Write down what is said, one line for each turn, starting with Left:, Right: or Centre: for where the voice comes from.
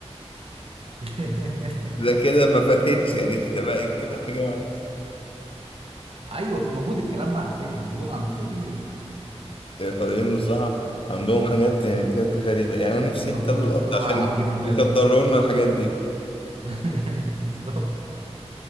Right: <laughs>
Left: ده كده ما فاتش يعني انت بقى كده حاجة
Right: ايوه موجود الكلام ده على فكره موجود عند الفضائيين
Left: الفضائيين الصراحة عندهم حاجات يعني بجد غريبة يعني أنا نفسي
Right: ان ربنا
Left: يحتلوا الأرض
Right: يسترها
Left: عشان
Right: على عابدين ومبابه
Left: يصدروا لنا الحاجات دي
Right: <laughs> بالظبط